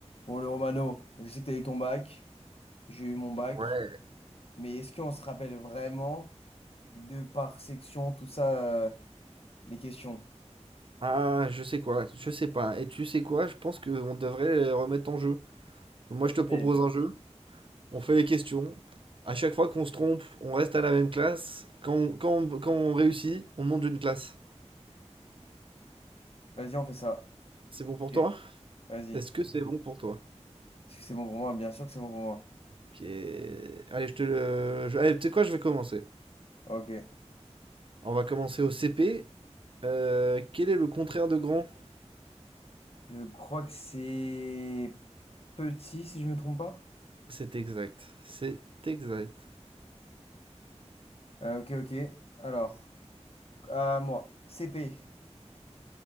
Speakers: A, on the left; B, on the right.
A: Bon, le Romano, je sais que tu as eu ton bac, j'ai eu mon bac,
B: Ouais.
A: mais est-ce qu'on se rappelle vraiment de par section, tout ça, euh, les questions?
B: Ah, je sais quoi, je sais pas. Et tu sais quoi, je pense qu'on devrait les remettre en jeu. Donc moi,
A: Vas-y,
B: je te propose
A: t'es-
B: un jeu, on fait les questions. À chaque fois qu'on se trompe, on reste à la même classe. Quand on, quand on- quand on réussit, on monte d'une classe.
A: vas-y, on fait ça.
B: C'est bon pour
A: Ok.
B: toi?
A: Vas-y.
B: Est-ce
A: Est-ce
B: que c'est bon pour toi?
A: que c'est bon pour moi? Bien sûr que c'est bon pour moi.
B: Ok. Allez, je te le... je- Allez, tu sais quoi, je vais commencer.
A: Ok.
B: On va commencer au CP. Euh, quel est le contraire de grand?
A: Je crois que c'est petit, si je me trompe pas.
B: C'est exact. C'est exact.
A: Euh, ok, ok. Alors, à moi, CP.